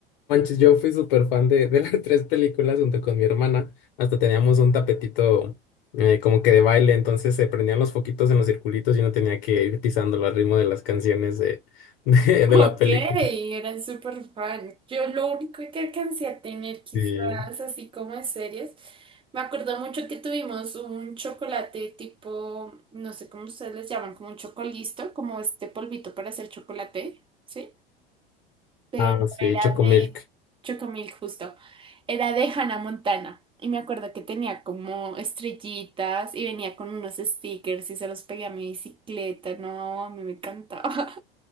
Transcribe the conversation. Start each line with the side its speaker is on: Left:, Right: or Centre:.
Left: manches, yo fui súper fan de, de <laughs> las tres películas junto con mi hermana. Hasta teníamos un tapetito eh, como que de baile, entonces se prendían los foquitos en los circulitos y uno tenía que ir pisándolo al ritmo de las canciones de, <laughs> de,
Right: Ok,
Left: de la película.
Right: era súper fan. Yo lo único que alcancé a tener quizás
Left: Sí.
Right: así como de series, me acuerdo mucho que tuvimos un chocolate tipo, no sé cómo ustedes les llaman, como un chocolisto, como este polvito para hacer chocolate, ¿sí? Pero
Left: Ah, sí,
Right: era
Left: Chocomilk.
Right: de Chocomilk justo, era de Hannah Montana. Y me acuerdo que tenía como estrellitas y venía con unos stickers y se los pegué a mi bicicleta. No, a mí me encantaba.